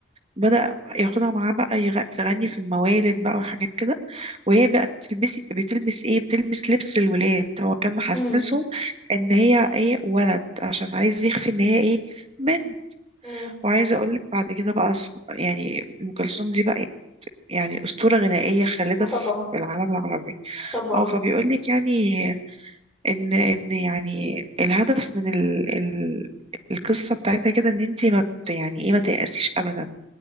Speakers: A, on the right; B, in the centre.
A: بدأ ياخدها معاه بقى يغ- تغني في الموالد بقى والحاجات كده وهي بقى بتلبس بتلبس ايه بتلبس لبس للولاد هو كان محسسهم
B: امم
A: ان هي ايه ولد عشان عايز يخفي ان هي ايه بنت
B: امم
A: وعايزه اقول لك بعد كده بقى أص- يعني ام كلثوم دي بقى يعني اسطوره غنائيه خالده
B: ما طبعا
A: في العالم العربي
B: طبعا
A: اه فبيقولك يعني ان ان يعني الهدف من ال ال القصة بتاعتها كده ان انتي ما بت- يعني ايه ما تيأسيش ابدا